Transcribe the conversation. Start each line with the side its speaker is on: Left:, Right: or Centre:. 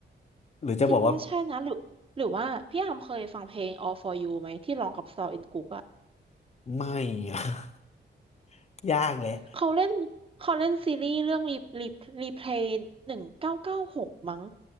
Left: หรือจะบอกว่า
Right: คิดว่าใช่นะหรือหรือว่าพี่อามเคยฟังเพลง All for You ไหมที่ร้องกับซอลอินกุกอะ
Left: ไม่อะ <laughs> ยากแหละ
Right: เขาเล่นเขาเล่นซีรีส์เรื่องรีรีรีเพลย์หนึ่งเก้าเก้าหกมั้ง